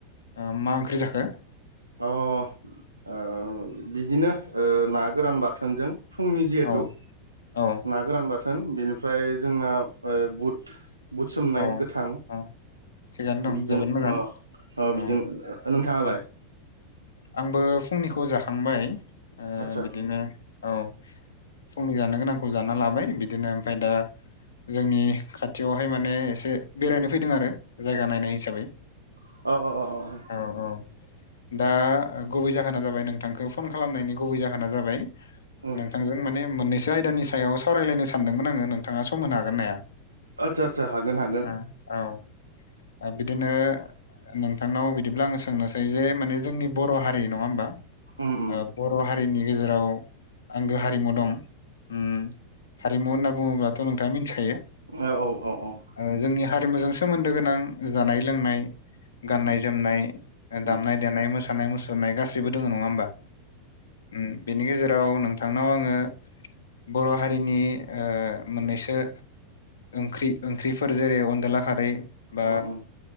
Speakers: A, on the left; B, on the right.
A: ओ मा ओंख्रि जाखो?
B: अ' ओ बिदिनो ओ ना गोरान बाथोनजों फुंनि जिहेथु
A: औ औ
B: ना गोरान बाथोन बेनिफ्राय जोंना ओ बुट बुद सोमनाय
A: औ
B: गोथां।
A: औ थिगानो दं
B: बिजों
A: जोबोद मोजां
B: ओ ओ
A: औ
B: बिजों नोंथाङालाय?
A: उम आंबो फुंनिखौ जाखांबाय। ओ
B: आदसा
A: बिदिनो औ फुंनि जानो गोनांखौ जाना लाबाय। बिदिनो ओमफ्राय दा जोंनि खाथियावहाय मा माने एसे बेरायनो फैदों आरो जायगा नायनाय हिसाबै।
B: अ' अ' अ'
A: औ औ दा गुबै जाहोना जाबाय नोंथांखौ फन खालामनायनि गुबै जाहोना जाबाय।
B: उम
A: नोंथांजों माने मोननैसो आयदानि सायाव सावरायलायनो सानदोंमोन आङो नोंथाङा सम होनो हागोन हाया?
B: आथसा सा‌ हागोन हाग
A: आ औ ओ बिदिनो नोंथांनाव बिदिब्ला आङो सोंनोसै जे माने जोंनि बर' हारि नङा होमबा?
B: उम उम
A: ओ‌ बर' हारिनि गेजेराव आंगो हारिमु दं उम हारिमु होनना बुङोब्लाथ' नोंथाङा मोथिखायो?
B: औ औ औ औ
A: ओ जोंनि हारिमुजों सोमोन्दो गोनां जानाय लोंनाय, गाननाय
B: उम
A: जोमनाय ओ दामनाय
B: उम
A: देनाय मोसानाय मुसुरनाय गासैबो दोङो नङा होमबा? उम बेनि गेजेराव नोंथांनाव आङो बर' हारिनि ओ मोननैसो ओंख्रि ओंख्रिफोर जेरै अनदला खारै बा
B: उम उम